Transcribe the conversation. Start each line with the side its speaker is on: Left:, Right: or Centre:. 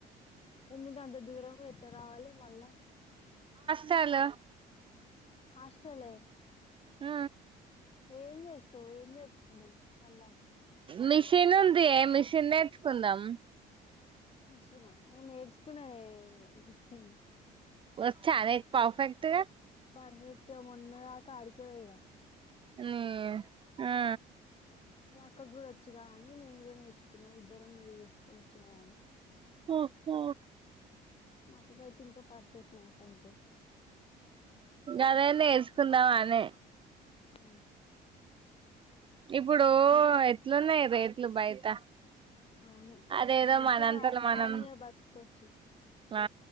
Left: ఎందుకంత దూరం ఎట్లా రావాలి మళ్ళా
Right: తలో
Left: హాస్టలే
Right: హ
Left: ఏం చేస్తవు ఏం తెచున్నావ్ మళ్ళా
Right: మిషిన్ ఉందె మిషిన్ నేర్చుకుందాం
Left: మిషన్ ఆ నేను నేర్చుకున్ననె హ
Right: వచ్చ అనేక పఫెక్ట్గా
Left: పర్ఫెక్ట్ మొన్న ఆ కాడికి వద
Right: న ఆ
Left: మా అక్క కూడా వచ్చగా అని నేను కూడా నేర్చుకున్నా ఇద్దరం మీరు చేసుకోవచ్చా అని
Right: ఓహఓ
Left: మాకుకైతే ఇంకా పర్ఫెక్ట్ నాకంటే
Right: అదన్న ందావానే
Left: ఉ
Right: ఇప్పుడు ఎట్లున్నాయి రేట్లు బయట
Left: అవును
Right: అదేదో
Left: అంతా
Right: మనంతల మనం
Left: ధాన్య బతుకొ పచ్చు
Right: ఆ